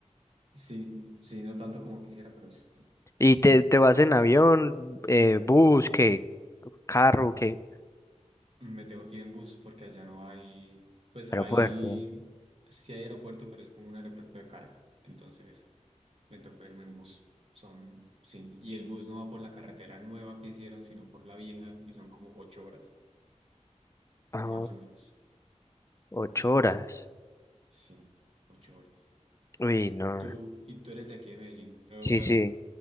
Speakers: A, on the right (about 55°); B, on the left (about 25°).
A: Sí, sí, no tanto como quisiera, pero sí.
B: ¿Y te, te vas en avión, eh, bus, qué? ¿Carro, qué?
A: Me tengo que ir en bus porque allá no hay, pues
B: Aeropuerto.
A: hay, sí hay aeropuerto, pero es como un aeropuerto de carga. Entonces me tocó irme en bus. Son, sí. Y el bus no va por la carretera nueva que hicieron, sino por la vieja y son como ocho horas,
B: Ah,
A: más o menos.
B: ocho horas.
A: Sí, ocho horas.
B: Uy, no.
A: Tú, y tú eres de aquí de Medellín. eh,
B: Sí,
A: O sea,
B: sí,